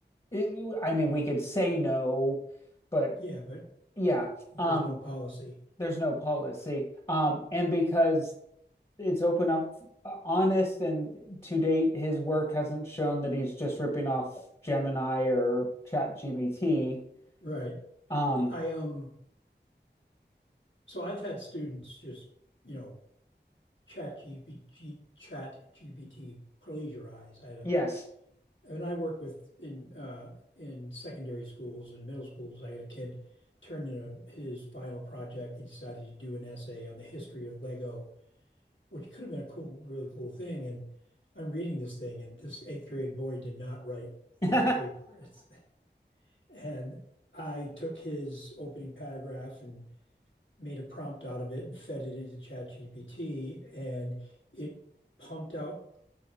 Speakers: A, on the left; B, on the left.
A: eh, I mean, we could say no, but
B: Yeah, but
A: yeah,
B: there's
A: um,
B: no policy.
A: there's no policy. Um, and because it's open up uh, honest and to date his work hasn't shown that he's just ripping off gemini or ChatGPT.
B: Right.
A: um,
B: I um so I've had students just, you know, chat GPT, chat GPT plagiarize. I
A: Yes.
B: And I work with in uh, in secondary schools and middle schools. I had a kid turn in a, his final project. He decided to do an essay on the history of Lego, which could have been a cool, really cool thing. And I'm reading this thing, and this eighth grade boy did not write
A: <laughs>
B: this
A: Did
B: paper. <laughs> And I took his opening paragraph and made a prompt out of it and fed it into ChatGPT, and it pumped out